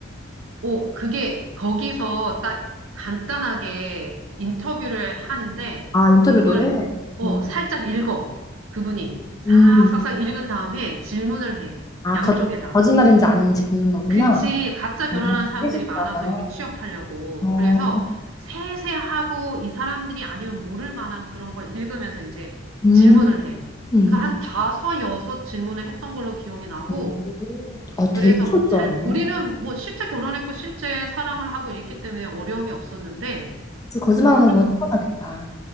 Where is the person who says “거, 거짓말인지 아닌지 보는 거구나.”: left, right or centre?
Left